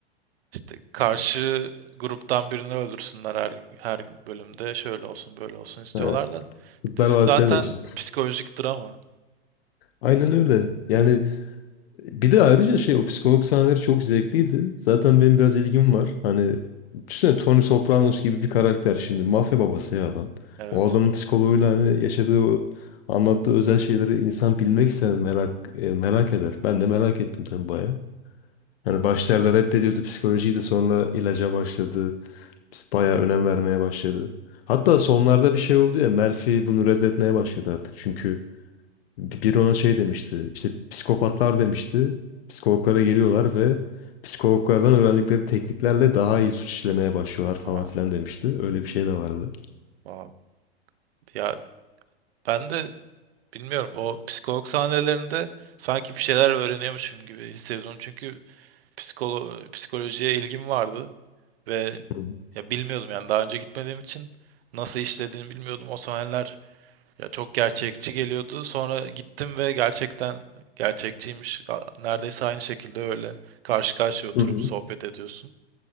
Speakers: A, on the right (about 65°); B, on the left (about 65°).
A: İşte karşı gruptan birini öldürsünler her, her bölümde şöyle olsun böyle olsun istiyorlar
B: Ha,
A: da
B: Kurtlar
A: dizi
B: Vadisi'ne
A: zaten
B: dönsün.
A: psikolojik drama.
B: Aynen öyle. Yani Bir de ayrıca şey o psikolog sahneleri çok zevkliydi. Zaten benim biraz ilgim var. Hani düşünsene Tony Sopranos gibi bir karakter şimdi. Mafya babası ya adam.
A: Evet.
B: O adamın psikoloğuyla hani yaşadığı o anlattığı özel şeyleri insan bilmek ister merak e, merak eder. Ben de merak ettim tabii baya. Hani başlarda reddediyordu psikolojiyi de sonra ilaca başladı. Baya önem vermeye başladı. Hatta sonlarda bir şey oldu ya Melfi bunu reddetmeye başladı artık. Çünkü Bi- Biri ona şey demişti. İşte psikopatlar demişti. Psikologlara geliyorlar ve psikologlardan öğrendikleri tekniklerle daha iyi suç işlemeye başlıyorlar falan
A: Ha,
B: filan demişti. Öyle bir şey de vardı.
A: wow. Ya ben de bilmiyorum o psikolog sahnelerinde sanki bir şeyler öğreniyormuşum gibi hissediyorum. Çünkü psikolo psikolojiye ilgim vardı ve
B: Hı hı.
A: ya bilmiyordum yani daha önce gitmediğim için nasıl işlediğini bilmiyordum. O sahneler ya çok gerçekçi geliyordu. Sonra gittim ve gerçekten gerçekçiymiş. A- Neredeyse aynı şekilde öyle karşı karşıya oturup
B: Hı hı.
A: sohbet ediyorsun